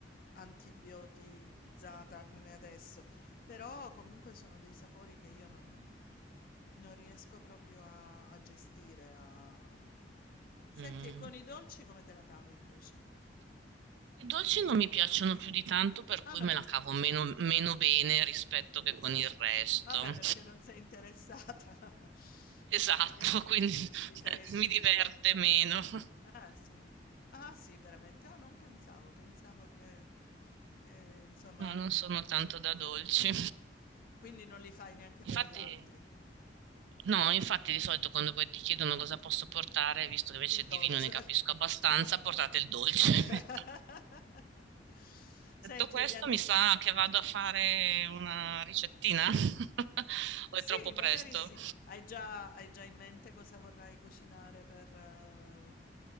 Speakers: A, on the left; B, on the right.
A: antibiotizzata come adesso. Però comunque sono dei sapori che io non, non riesco proprio a, a gestire. a- Senti,
B: Mm.
A: e con i dolci come te la cavi invece?
B: I dolci non mi piacciono più di tanto, per
A: Ah
B: cui
A: no?
B: me la cavo meno, meno bene rispetto che con il resto.
A: Vabbè perché non sei interessata, <laughs>
B: Esatto,
A: altrimenti
B: quindi <laughs>
A: li faresti
B: mi diverte
A: sicuramente
B: meno.
A: bene.
B: <laughs>
A: Eh sì. Ah sì, veramente? Ah non pensavo, pensavo che che insomma
B: No, non
A: n
B: sono tanto da dolci.
A: quindi non li fai neanche
B: Infatti,
A: per gli altri.
B: no, infatti di solito quando poi ti chiedono cosa posso portare, visto che invece
A: Il
B: di
A: dolce.
B: vino ne capisco abbastanza, portate il dolce.
A: <laughs>
B: <laughs>
A: Senti
B: Detto questo,
A: e gli anti
B: mi sa che vado a fare una ricettina <laughs> o
A: sì,
B: è troppo
A: magari
B: presto?
A: sì. Hai già hai già in mente cosa vorrai cucinare per eh,